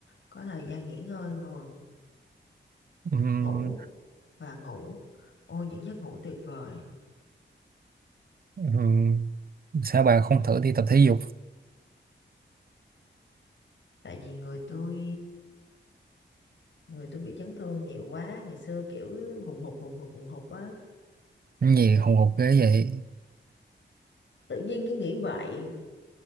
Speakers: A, on the left; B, on the right.
A: có thời gian nghỉ ngơi thôi
B: Ừm,
A: ngủ và ngủ ôi những giấc ngủ tuyệt vời
B: ừm, sao bà không thử đi tập thể dục
A: tại vì người tôi người tôi bị chấn thương nhiều quá ngày xưa kiểu hùng hục hùng hục hùng hục á
B: cái gì hùng hục ghê vậy
A: tự nhiên cái nghĩ vậy